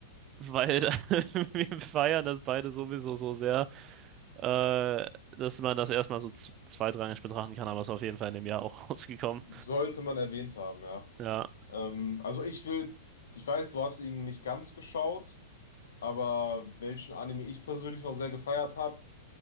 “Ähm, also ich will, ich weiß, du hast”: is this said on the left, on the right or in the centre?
Left